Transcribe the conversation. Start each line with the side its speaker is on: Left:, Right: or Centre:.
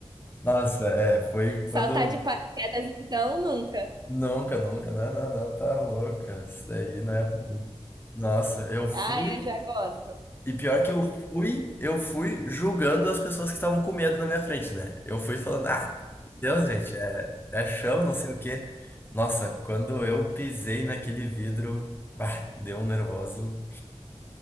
Left: Nossa, é, foi quando...
Right: Saltar de paraquedas então nunca.
Left: Nunca, nunca, não, não, não, tá louca, isso daí não é pra mim. Nossa, eu fui
Right: Ah, eu já gosto.
Left: E pior que eu fui, eu fui julgando as pessoas que estavam com medo na minha frente, né? Eu fui falando, ah, Deus, gente, é, é chão, não sei o quê. Nossa, quando eu pisei naquele vidro, bah, deu um nervoso.